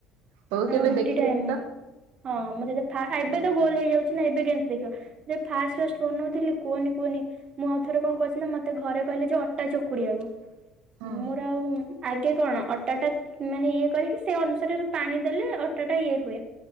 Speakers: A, on the right; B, on the right.
A: ହଉ
B: ନା
A: କେବେ
B: ମୋ ରୁଟି
A: ଦେଖେଇବ
B: ଟା ଏମିତି
A: ତ
B: ହଁ ମୁଁ ଯ ଫା ଏବେ ତ ଗୋଲ ହେଇଯାଉଛି ନା ଏବେ କେମତି ଦେଖିବା। ସେ ଫାଷ୍ଟ ଫାଷ୍ଟ ବନଉଥିଲି କୁହନି କୁହନି ମୁଁ ଆଉ ଥରେ କଣ କଛି ନା ମତେ ଘରେ କହିଲେ ଜୋ ଅଟା ଚକୁଡିଆକୁ।
A: ହଁ
B: ମୋର ଆଉ ଆଗେ କଣ ଅଟାଟା ମାନେ ଇଏ କରିକି ସେ ଅନୁସାରେ ପାଣି ଦେଲେ ଅଟା ଟା ଇଏ ହୁଏ